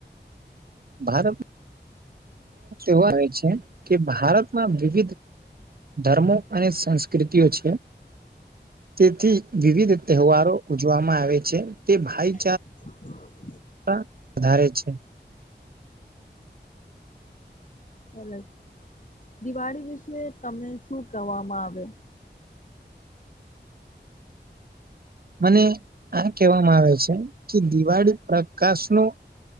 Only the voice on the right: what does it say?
ભારત એવા આવે છે કે ભારતમાં વિવિધ ધર્મો અને સંસ્કૃતિઓ છે તેથી વિવિધ તહેવારો ઉજવામાં આવે છે તે ભાઈ
પણ વધારે છે
મને આ કહેવામાં આવે છે કે દિવાળી પ્રકાશ ન